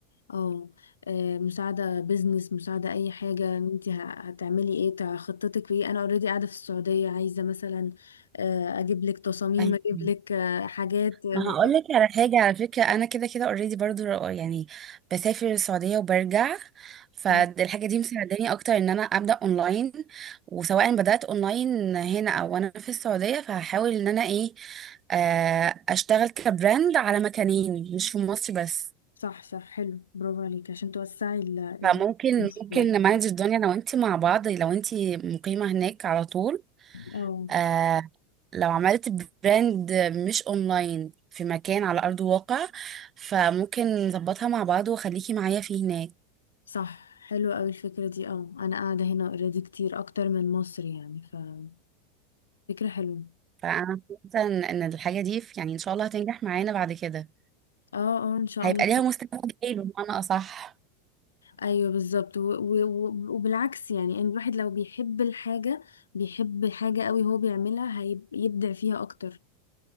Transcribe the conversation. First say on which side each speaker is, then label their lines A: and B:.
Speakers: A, on the left; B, on the right.
A: اه آه، مساعده بزنس مساعده اي حاجه انت هتعملي ايه تع- خطتك ايه انا اوريدي قاعده في السعوديه عايزه مثلا آه، اجيب لك تصاميم
B: أيوة
A: اجيب لك آه، حاجات آه،
B: ما
A: مع-
B: هقول لك على حاجة على فكرة أنا كده كده اوريدي برضو ر- يعني بسافر السعودية وبرجع فالحاجة
A: اه
B: دي مساعداني أكتر إن أنا أبدأ أونلاين وسواء بدأت أونلاين هنا أو أنا في السعودية فهحاول إن أنا إيه آه، أشتغل كبراند على مكانين مش في مصر بس
A: صح صح حلو برافو عليكي عشان توسعي ال- ال-
B: فممكن
A: المشروع
B: ممكن نمانج الدنيا لو أنت مع بعض لو أنت مقيمة هناك على طول
A: اه
B: آه، لو عملت براند مش اونلاين في مكان على ارض الواقع فممكن نظبطها مع بعض وخليكي معايا فيه هناك
A: صح حلوة أوي الفكرة دي اه أنا قاعدة هنا اوريدي كتير أكتر من مصر يعني ففكرة حلوة
B: فانا حاسه ان إن الحاجه دي ف- يعني ان شاء الله هتنجح معانا بعد كده
A: اه اه ان شاء
B: هيبقى
A: الله
B: ليها مستقبل ايه بمعنى اصح
A: ايوه بالظبط و- و- و- وبالعكس يعني ان الواحد لو بيحب الحاجة بيحب حاجة قوي هو بيعملها هيبدع فيها اكتر